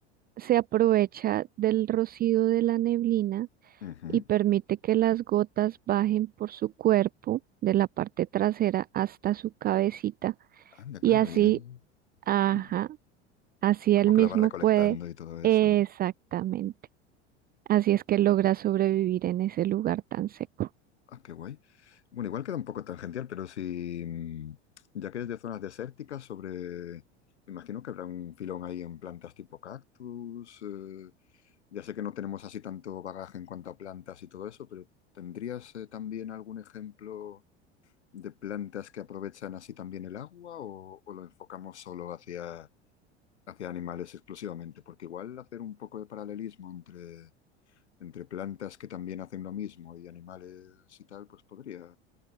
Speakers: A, on the right; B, on the left.
A: se aprovecha del rocío de la neblina
B: Ujú.
A: y permite que las gotas bajen por su cuerpo de la parte trasera hasta su cabecita
B: Anda,
A: y
B: claro,
A: así,
B: y ahí
A: ajá,
B: mm,
A: así él
B: como
A: mismo
B: que la va recolectando
A: puede,
B: y todo eso,
A: exactamente.
B: ¿no?
A: Así es que logra sobrevivir en ese lugar tan seco.
B: Ah, qué guay. Bueno, igual queda un poco tangencial, pero si, mm, ya que es de zonas desérticas, sobre, me imagino que habrá un filón ahí en plantas tipo cactus. eh, ya sé que no tenemos así tanto bagaje en cuanto a plantas y todo eso, pero ¿tendrías eh, también algún ejemplo de plantas que aprovechan así también el agua o, o lo enfocamos solo hacia, hacia animales exclusivamente? Porque igual hacer un poco de paralelismo entre, entre plantas que también hacen lo mismo y animales y tal, pues podría.